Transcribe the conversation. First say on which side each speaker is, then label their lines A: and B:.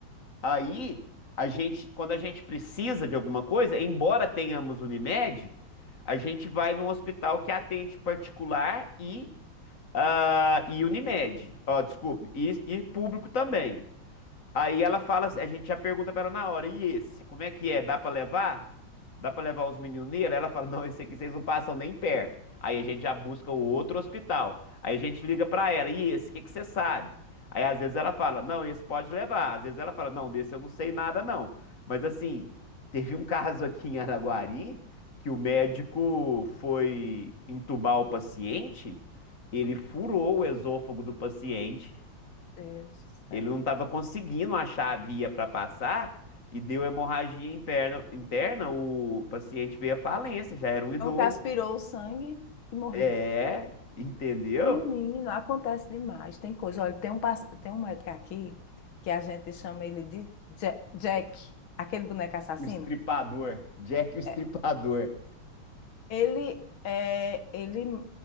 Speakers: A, on the left (about 40°); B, on the left (about 80°).
A: Aí, a gente, quando a gente precisa de alguma coisa, embora tenhamos Unimed, a gente vai num hospital que atende particular e, ah, e Unimed. Ó, desculpe, e, e público também. Aí ela fala, assim- a gente já pergunta pra ela na hora, e esse, como é que é? Dá pra levar? Dá pra levar os meninos nele? Ela fala, não, esse aqui vocês não passam nem perto. Aí a gente já busca o outro hospital. Aí a gente liga pra ela, e esse, o que que você sabe? Aí às vezes ela fala, não, esse pode levar. Às vezes ela fala, não, desse eu não sei nada não. Mas assim, teve um <laughs> caso aqui em Araguari que o médico foi entubar o paciente, ele furou o esôfago do paciente.
B: Deus do
A: Ele
B: céu.
A: não estava conseguindo achar a via para passar e deu hemorragia interna, interna, o paciente veio à falência, já era um idoso.
B: Um que aspirou o sangue e morreu.
A: É, entendeu?
B: Menino, acontece demais. Tem coisa. Olha, tem um, pass- tem um médico aqui que a gente chama ele de Ja- Jack, aquele boneco assassino.
A: O estripador. Jack o estripador.
B: É, Ele, é, ele,